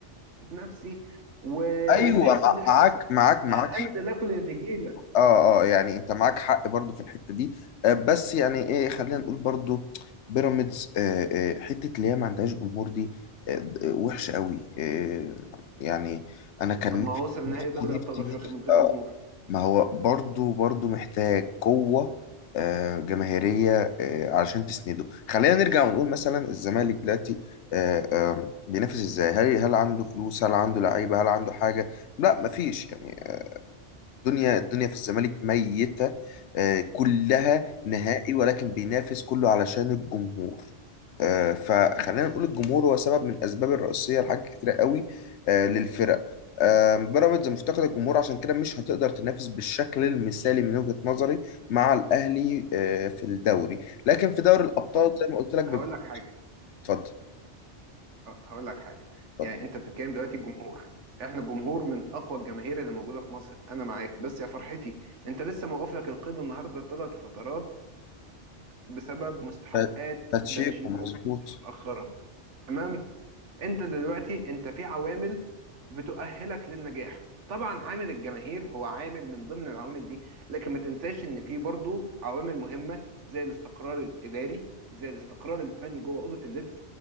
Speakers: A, on the right (about 85°); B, on the left (about 75°).
A: نفسي واللي
B: ايوه
A: يحصل
B: مع-
A: يحصل
B: معاك معاك معاك
A: هنزل اكل النجيله
B: اه اه يعني انت معاك حق برضو في الحته دي آه، بس يعني ايه خلينا نقول برضو بيراميدز آه، آه، حته اللي هي ما عندهاش جمهور دي آه، وحشه قوي آه، يعني انا كان
A: طب ما
B: نفسي
A: هو وصل نهائي
B: نفسي
A: دوري ابطال
B: نفسي
A: افريقيا
B: نفسي-
A: من غير
B: آه،
A: جمهور
B: ما هو برضو برضو محتاج قوة آه، جماهيرية آه، علشان تسنده خلينا نرجع ونقول مثلا الزمالك دلوقتي آه، آه، بينافس ازاي هل هل عنده فلوس هل عنده لعيبة هل عنده حاجة لا مفيش يعني الدنيا الدنيا في الزمالك ميتة آه، كلها نهائي ولكن بينافس كله علشان الجمهور آه، فخلينا نقول الجمهور هو سبب من الأسباب الرئيسية لحاجات كتيرة قوي آه، للفرق آه، بيراميدز مفتقد الجمهور عشان كده مش هتقدر تنافس بالشكل المثالي من وجهة نظري مع الأهلي آه، في الدوري لكن في دوري الأبطال
A: طب
B: زي ما قلت لك بيبقى-
A: هقول لك حاجه
B: اتفضل
A: ه- هقول لك حاجه
B: اتفضل
A: يعني انت بتتكلم دلوقتي الجمهور احنا الجمهور من اقوى الجماهير اللي موجوده في مصر انا معاك بس يا فرحتي انت لسه موقف لك القيد النهارده ثلاث فترات بسبب مستحقات
B: ف- باتشيكو
A: باتشيكو
B: مظبوط
A: متاخره تمام انت دلوقتي انت في عوامل بتؤهلك للنجاح طبعا عامل الجماهير هو عامل من ضمن العوامل دي لكن ما تنساش ان في برضه عوامل مهمة زي الاستقرار الاداري زي الاستقرار الفني جوه اوضة اللبس